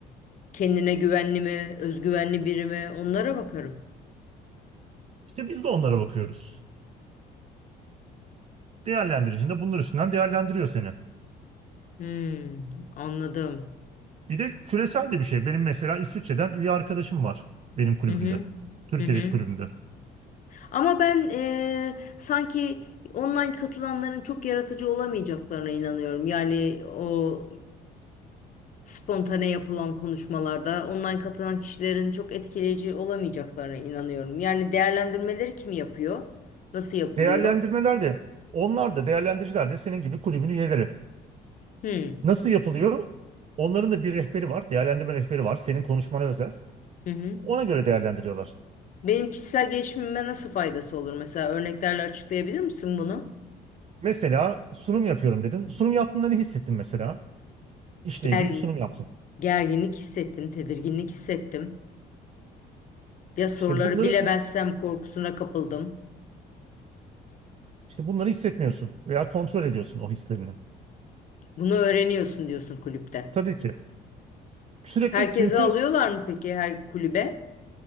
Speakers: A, on the left; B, on the right.
A: kendine güvenli mi, özgüvenli biri mi? Onlara bakarım.
B: İşte biz de onlara bakıyoruz. Değerlendiricinde bunlar üstünden değerlendiriyor seni.
A: Hmm, anladım.
B: Bir de küresel de bir şey. Benim mesela İsviçre'den üye arkadaşım var benim kulübümde.
A: Hı hı,
B: Türkiye'deki
A: hı hı.
B: kulübümde.
A: Ama ben eee, sanki online katılanların çok yaratıcı olamayacaklarına inanıyorum. Yani o spontane yapılan konuşmalarda online katılan kişilerin çok etkileyici olamayacaklarına inanıyorum. Yani değerlendirmeleri kim yapıyor? Nasıl yapılıyor?
B: Değerlendirmeler de onlar da değerlendiriciler de senin gibi kulübün üyeleri.
A: Hmm.
B: Nasıl yapılıyor? Onların da bir rehberi var. Değerlendirme rehberi var. Senin konuşmana özel.
A: Hı hı.
B: Ona göre değerlendiriyorlar.
A: Benim kişisel gelişimime nasıl faydası olur? Mesela örneklerle açıklayabilir misin bunu?
B: Mesela sunum yapıyorum dedin. Sunum yaptığında ne hissettin mesela? İşle
A: Gergi-
B: ilgili bir sunum yaptın.
A: gerginlik hissettim, tedirginlik hissettim. Ya soruları
B: İşte bunları
A: bilemezsem korkusuna kapıldım.
B: işte bunları hissetmiyorsun veya kontrol ediyorsun o hislerini.
A: Bunu öğreniyorsun diyorsun kulüpte.
B: E, Tabii ki. Sürekli
A: Herkese
B: çünkü
A: alıyorlar mı peki her kulübe?